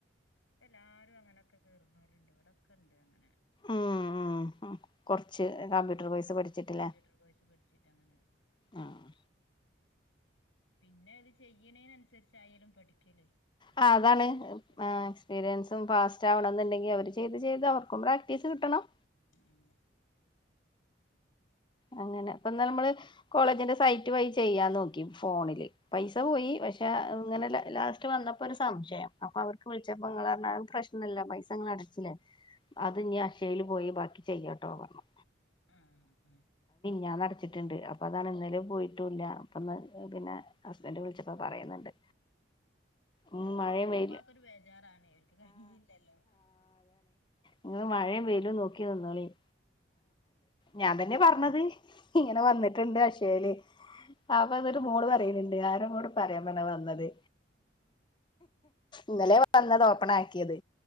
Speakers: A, on the left; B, on the left.
A: ഇപ്പൊ എല്ലാരും അങ്ങനെയൊക്കെ കേറുന്നൊല് ഇണ്ട് ഇവിടൊക്കെ ഉണ്ട് അങ്ങനെ
B: ഉം ഉം കൊറച്ച് കമ്പ്യൂട്ടർ
A: ആ
B: കോഴ്സ് പഠിച്ചിട്ടില്ലേ
A: കൊറച്ച് കമ്പ്യൂട്ടർ കോഴ്സ് പഠിച്ചിട്ടങ്ങനെ കേറുന്നോര്
B: ആഹ്
A: പിന്നെ അത് ചെയ്യണേന് അനുസരിച്ചായാലും പഠിക്കലേ
B: ആ അതാണ്
A: എക്സ്പീരിയൻസ് ആഹ്
B: എക്സ്പീരിയൻസും ഫാസ്റ്റ് ആവണന്നുണ്ടെങ്കി അവര് ചെയ്ത് അത് ചെയ്തവർ പ്പം പ്രാക്ടീസ് കിട്ടണം
A: ഉം
B: അങ്ങനെ അപ്പൊ ന്നാ നമ്മള് കോളേജിന്റെ സൈറ്റ് വഴി ചെയ്യാ തോന്നുന്നു ഫോണില് പൈസ പോയി
A: ഉം
B: പക്ഷെ ഇന്നലെ ലാസ്റ്റ് വന്നപ്പോ ഒരു സംശയം അപ്പൊ അവക്ക് വിളിച്ചപ്പോ അവര് പറഞ്ഞു അത് പ്രശ്നില്ലൃ പൈസ നിങ്ങള് അടച്ചില്ലേ അത് ഇനി അക്ഷയയില് പോയി ബാക്കി ചെയ്യാട്ടോ പറഞ്ഞു
A: ആ ആ
B: ഞാൻ അടച്ചിട്ടുണ്ട് അപ്പോൾ അതാണ് ഇന്നലെ പോയിട്ടൂല്ലാ അപ്പന്ന് പിന്നെ ഹസ്ബൻഡ് വിളിച്ചപ്പോ പറയുന്നുണ്ട് ഉം മഴയും
A: ഓൽക്ക്
B: വെയിലും
A: പ്പോ അക്കൊരു ബേജാറാണേ ഓൽക്ക് കഴയില്ലല്ലോ
B: ഇങ്ങ മഴയും വെയ്ലും നോക്കി നിന്നോളീൻ
A: ഉം
B: ഞാൻ തന്നെയാ പറഞ്ഞത് <unintelligible> ഇങ്ങനെ വന്നിട്ടുണ്ട്
A: ഉം
B: അക്ഷയേല്
A: ഉം
B: ആ അപ്പതൊട്ട് മോള് പറയണണ്ട് എല്ലാരും കൂടി പറയാൻ പറഞ്ഞാ വന്നത് ഇന്നലെ വന്നതോപ്പണായി ഏത്